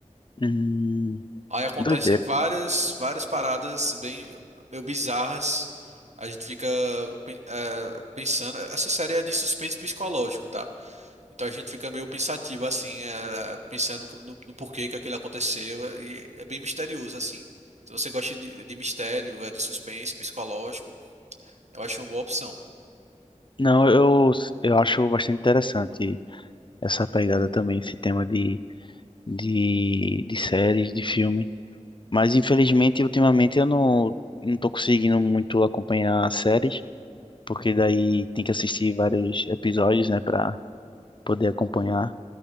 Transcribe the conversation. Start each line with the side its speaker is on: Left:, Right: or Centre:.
Left: Hum,
Right: Aí acontecem
Left: doideira.
Right: várias, várias paradas bem meio bizarras. A gente fica eh, pensando. Essa série é de suspense psicológico, tá? Então a gente fica meio pensativo assim, eh, pensando no, no porquê que aquilo aconteceu, eh, e é bem misterioso assim. Se você gosta de, de mistério, eh, de suspense, psicológico, eu acho uma boa opção.
Left: Não, eu, eu acho bastante interessante essa pegada também, esse tema de, de, de séries, de filme. Mas infelizmente, ultimamente eu não, não tô conseguindo muito acompanhar séries. porque daí tem que assistir vários episódios, né, para poder acompanhar.